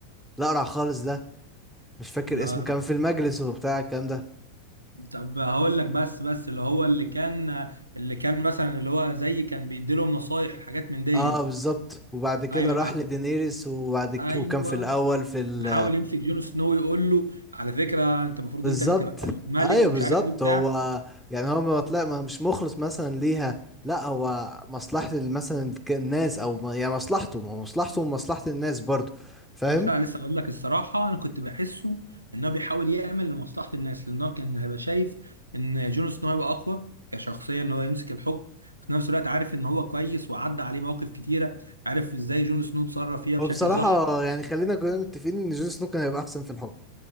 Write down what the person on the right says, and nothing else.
لا
لا
طب هقول لك بس بس اللي هو اللي كان اللي كان مثلا اللي هو زي كان بيديلهم نصايح وحاجات من دي
ايوه
انا
ايوه
بيحاول يمسك جون سنو يقول له على فكره انت المفروض
انت اللي تبقى الملك
ومش
عارف ايه بتاع
بس انا لسه اقول لك الصراحه انا كنت بحسه ان هو بيحاول يعمل لمصلحه الناس لان هو كان هيبقى شايف ان جون سنو هيبقى اقوى كشخصيه ان هو يمسك الحكم في نفس الوقت عارف ان هو كويس وعدى عليه مواقف كتيره عارف ازاي جون سنو اتصرف فيها بشكل
صح